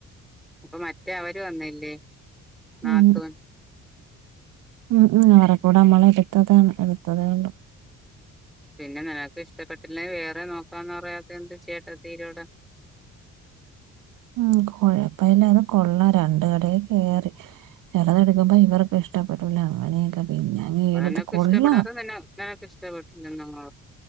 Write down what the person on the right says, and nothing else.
ഉം ഉം ഉം അവരെ കൂടെ നമ്മള് എടുത്തതാണ് എടുത്തതേയുള്ളൂ.
ഉം കുഴപ്പല്ല അത് കൊള്ളാം, രണ്ട് കടയിൽ കയറി. ചെലത് എടുക്കുമ്പോ ഇവർക്ക് ഇഷ്ടപ്പെട്ടൂല അങ്ങനെയൊക്കെ പിന്നെ. അങ്ങ്
എടുത്ത്
കൊള്ളാം